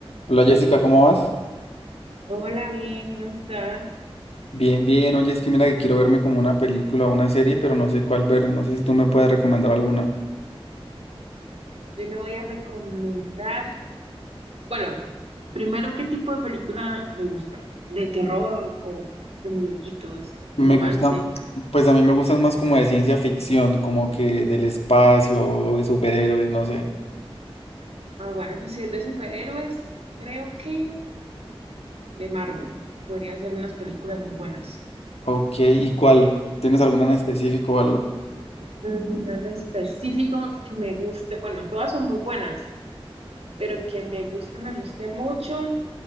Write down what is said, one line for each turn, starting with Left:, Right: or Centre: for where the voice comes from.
Left: Hola Jessica, ¿cómo vas?
Right: Hola, bien, ¿cómo estás?
Left: Bien, bien. Oye, es que mira que quiero verme como una película o una serie, pero no sé cuál ver. No sé si tú me puedes recomendar alguna.
Right: Yo le voy a recomendar, bueno, primero, ¿qué tipo de película le gusta? ¿De terror o de muñequitos,
Left: Me
Right: de romance?
Left: gusta, pues a mí me gustan más como de ciencia ficción, como que del espacio o de superhéroes, no sé.
Right: Ah, bueno, pues si es de superhéroes, creo que de Marvel. Podrían ser unas películas muy buenas.
Left: Ok, ¿y cuál? ¿Tienes alguna en específico o algo?
Right: Mm, en específico que me guste, bueno, todas son muy buenas, pero que me guste, me guste mucho,